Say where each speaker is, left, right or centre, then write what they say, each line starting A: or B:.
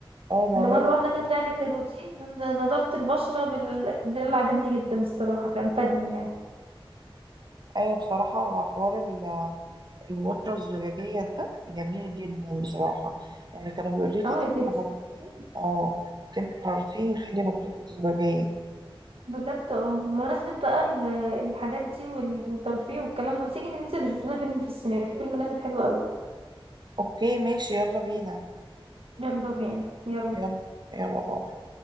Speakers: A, on the right; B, on the right.
A: اه موضوع
B: اللي مره واحده كانت طلع لك الروتين نضاره البشره بال... ده اللي عجبني جدا الصراحه كان فادني يعني
A: ايوه بصراحة حوار ال- الوترة الزجاجية ده جميل جدا بصراحة يعني كانوا بيقولوا لي هتمشي
B: اه يا بنتي
A: على روتين اه تمشي على روتين يخلي بشرتك زجاجية
B: بجد اه بمناسبة بقى ال- الحاجات دي والترفيه والكلام ده ما تيجي ننزل نشوف لنا فيلم في السينما في فيلم نازل حلو قوي
A: اوكي ماشي يلا بينا
B: يلا بينا يلا
A: يلا يلا باي